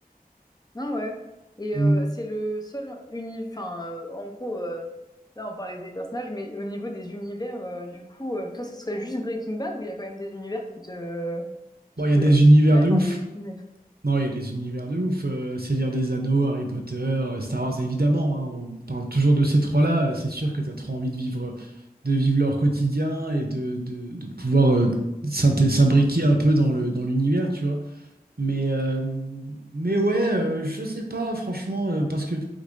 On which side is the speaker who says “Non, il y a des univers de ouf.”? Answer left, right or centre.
Right